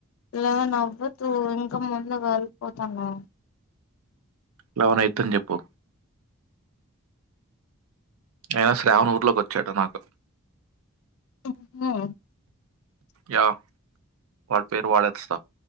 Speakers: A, on the left; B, on the right.
A: లెవన్ అవ్వదు ఇంకా ముందు వెళ్ళిపోతాను
B: లెవన ఐద్దని చెప్పు అయినా శ్రావణి ఊర్లోక్ చెటనాక్
A: ఉహు
B: యా వాల్ పేర్ వాడే అస్త